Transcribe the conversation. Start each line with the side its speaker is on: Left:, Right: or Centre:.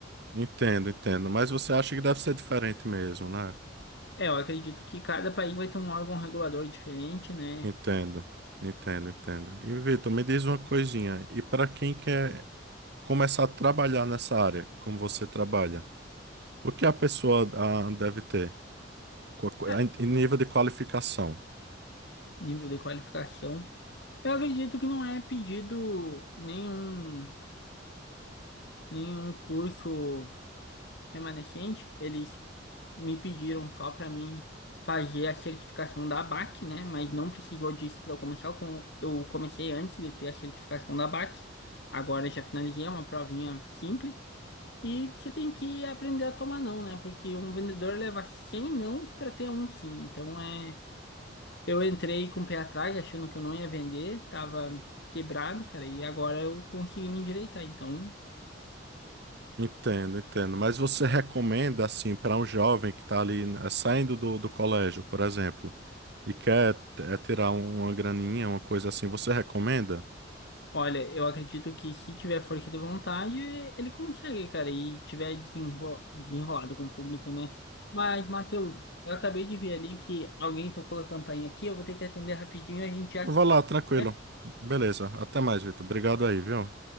Right: Entendo, entendo. Mas você acha que deve ser diferente mesmo, né?
Left: É, eu acredito que cada país vai ter um órgão regulador diferente, né?
Right: Entendo, entendo, entendo. E Vitor, me diz uma coisinha. E para quem quer começar a trabalhar nessa área, como você trabalha, o que a pessoa ah, deve ter Qua- qua-
Left: É,
Right: em em nível de qualificação?
Left: Nível de qualificação. Eu acredito que não é pedido nenhum, nenhum curso remanescente. Eles me pediram só para mim fazer a certificação da ABAC, né? Mas não precisou disso para eu começar. Eu com- Eu comecei antes de ter a certificação da ABAC. Agora eu já finalizei é uma provinha simples. E você tem que aprender a tomar não, né? Porque um vendedor leva 100 nãos para ter um sim. Então é. Eu entrei com o pé atrás, achando que eu não ia vender, tava quebrado, cara, e agora eu consegui me endireitar. Então.
Right: Entendo, entendo. Mas você recomenda, assim, para um jovem que está ali né, saindo do, do colégio, por exemplo, e quer t- eh, tirar um- uma graninha, uma coisa assim, você recomenda?
Left: Olha, eu acredito que se tiver força de vontade, ele consegue, cara, e tiver desenro- desenrolado com o público, né? Mas, Matheus, eu acabei de ver ali que alguém tocou a campainha aqui, eu vou ter que atender rapidinho, a gente já
Right: Vá
Left: se
Right: lá,
Left: fala,
Right: tranquilo.
Left: né?
Right: Beleza. Até mais, Vitor. Obrigado aí, viu?